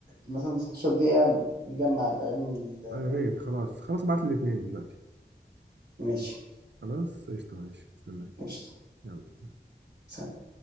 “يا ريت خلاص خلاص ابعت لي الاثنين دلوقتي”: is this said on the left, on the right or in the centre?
Right